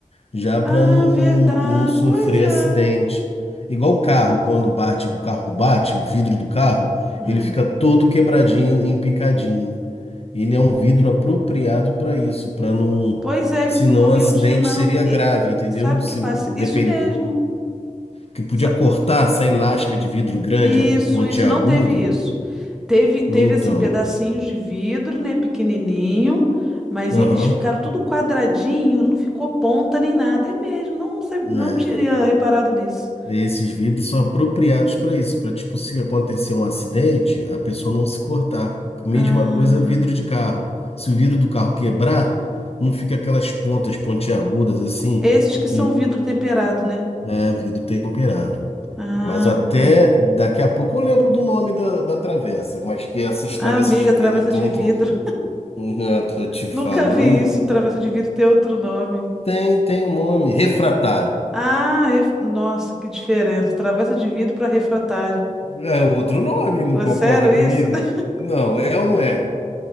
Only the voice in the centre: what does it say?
Ah,
verdade.
Pois é.
Hum.
Pois é, ele
não ficou miudinho,
não.
E-
sabe
o que passa?
Isso mesmo.
Sa-
Isso,
isso. Não teve isso. Teve, teve
assim, pedacinhos de vidro, né? Pequenininho. Mas
eles ficaram tudo quadradinho, não ficou ponta nem nada. É mesmo. Não, sab-
não tinha reparado nisso.
Ah,
esses que
são vidro temperado, né?
Ah,
tá.
Ah, amiga,
travessa
de
vidro.
Nunca vi isso. Travessa de vidro ter outro nome.
Ah, ref- nossa, que diferença. Travessa de vidro para refratário.
Pô,
é sério
isso? <laughs>